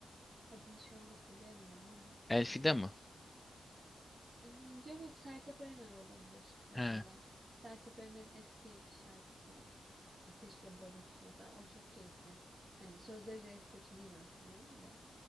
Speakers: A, on the right (about 35°); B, on the left (about 15°).
A: adını şu an hatırlayamıyorum ama
B: Elfide mi?
A: Ee, yok yok Sertab Erener olabilir mesela.
B: He,
A: Sertab Erener'in eski şarkısı Ateşle Barut mesela o çok keyifli. Hani sözleri de kötü değil aslında onun da.